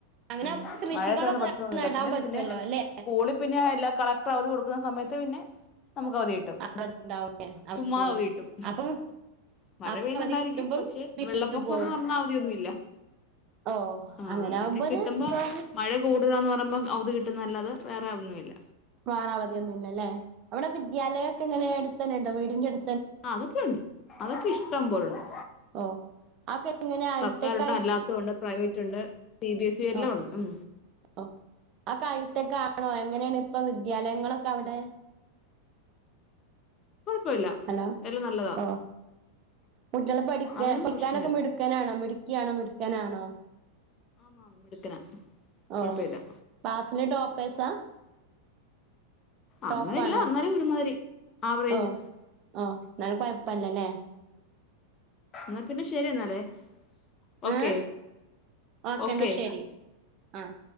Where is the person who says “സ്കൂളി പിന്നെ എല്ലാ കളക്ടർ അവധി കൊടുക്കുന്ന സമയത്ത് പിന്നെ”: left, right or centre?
Left